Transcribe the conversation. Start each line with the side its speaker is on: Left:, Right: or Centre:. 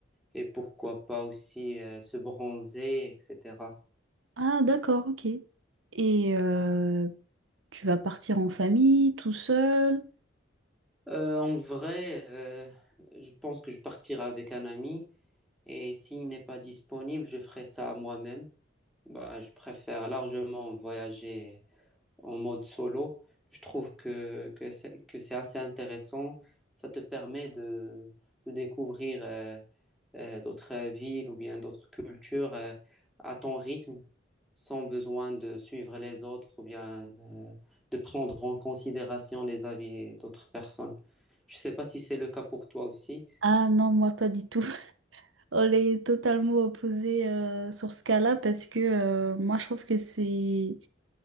Centre: et pourquoi pas aussi euh, se bronzer, etc.
Right: Ah d'accord, ok. Et euh, tu vas partir en famille, tout seul?
Centre: Euh, en vrai, euh, je pense que je partirai avec un ami et s'il n'est pas disponible, je ferai ça moi-même. Bah, je préfère largement voyager en mode solo. Je trouve que, que c'est, que c'est assez intéressant. Ça te permet de, de découvrir euh, euh, d'autres villes ou bien d'autres cultures euh, à ton rythme, sans besoin de suivre les autres ou bien euh, de prendre en considération les avis d'autres personnes. Je ne sais pas si c'est le cas pour toi aussi.
Right: Ah non, moi pas du tout. On est totalement opposés euh, sur ce cas-là parce que euh, moi je trouve que c'est